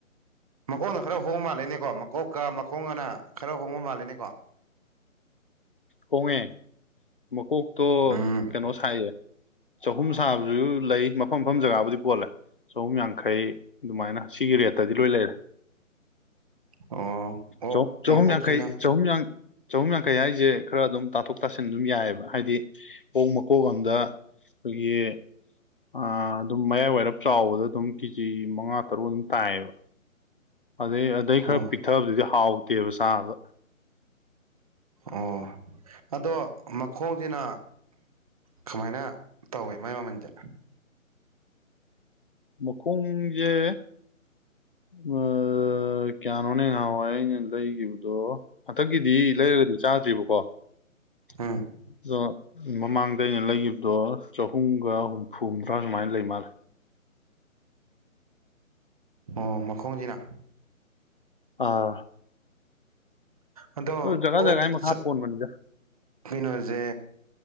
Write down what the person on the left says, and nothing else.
ꯍꯣꯡꯉꯦ ꯃꯀꯣꯛꯇꯣ
ꯀꯩꯅꯣ ꯁꯥꯏꯌꯦ ꯆꯍꯨꯝ ꯁꯥꯕꯗꯖꯨ ꯂꯩ ꯃꯐꯝ ꯃꯐꯝ ꯖꯒꯥꯕꯨꯗꯤ ꯄꯣꯜꯂꯦ ꯆꯍꯨꯝ ꯌꯥꯡꯈꯩ ꯗꯨꯃꯥꯏꯅ ꯁꯤꯒꯤ ꯔꯦꯠꯇꯗꯤ ꯂꯣꯏ ꯂꯩꯔꯦ
ꯆꯧ ꯆꯍꯨꯝ
ꯌꯥꯡꯈꯩ ꯆꯍꯨꯝ ꯌꯥꯡ ꯆꯍꯨꯝ ꯌꯥꯡꯈꯩ ꯍꯥꯏꯖꯦ ꯈꯔ ꯑꯗꯨꯝ ꯇꯥꯊꯣꯛ ꯇꯥꯁꯤꯟ ꯑꯗꯨꯝ ꯌꯥꯏꯑꯦꯕ ꯍꯥꯏꯗꯤ ꯑꯣꯛ ꯃꯀꯣꯛ ꯑꯝꯗ ꯑꯩꯈꯣꯏꯒꯤ ꯑꯥ ꯑꯗꯨꯝ ꯃꯌꯥꯏ ꯋꯥꯏꯔꯞ ꯆꯥꯎꯕꯗꯣ ꯗꯨꯝ ꯀꯦꯖꯤ ꯃꯉꯥ ꯇꯔꯨꯛ ꯑꯗꯨꯝ ꯇꯥꯏꯌꯦꯕ ꯑꯗꯩ ꯑꯗꯩ
ꯈꯔ ꯄꯤꯛꯊꯕꯗꯨꯗꯤ ꯍꯥꯎꯇꯦꯕ ꯆꯥꯕꯗ
ꯃꯈꯣꯡꯖꯦ ꯑꯥ ꯀꯌꯥꯅꯣꯅꯦ ꯉꯍꯥꯋꯥꯏ ꯑꯩꯅ ꯂꯩꯒꯤꯕꯗꯣ ꯍꯟꯗꯛꯀꯤꯗꯤ ꯂꯩ ꯂꯩꯔꯒꯗꯤ ꯆꯥꯗ꯭ꯔꯤꯕꯀꯣ
<unintelligible> ꯃꯃꯥꯡꯗ ꯑꯩꯅ ꯂꯩꯒꯤꯕꯗꯣ ꯆꯍꯨꯝꯒ ꯍꯨꯝꯐꯨ ꯍꯨꯝꯗ꯭ꯔꯥ ꯁꯨꯃꯥꯏ ꯂꯩ ꯃꯥꯜꯂꯦ
ꯑꯥ
ꯑꯗꯨ ꯖꯒꯥ
ꯖꯒꯥꯒꯤ ꯃꯈꯥ
ꯄꯣꯟꯕꯅꯤꯗ